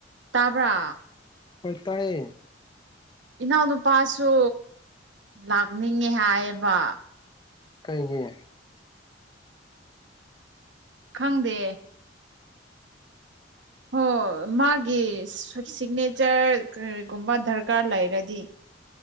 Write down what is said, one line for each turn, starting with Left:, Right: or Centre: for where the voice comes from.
Right: ꯇꯥꯕ꯭ꯔ
Left: ꯍ‌ꯧꯏ ꯇꯥꯌ‌ꯦ
Right: ꯏꯅꯥꯎꯅꯨꯄꯥꯁꯨ ꯂꯥꯛꯅꯤꯡꯉꯦ ꯍꯥꯏꯌꯦꯕ
Left: ꯀꯩꯒꯤ
Right: ꯈꯪꯗꯦ ꯍ‌ꯣ ꯃꯥꯒꯤ ꯁꯤꯒꯅꯦꯆꯔ ꯀꯔꯤꯒꯨꯝꯕ ꯗꯔꯀꯥꯔ ꯂꯩꯔꯗꯤ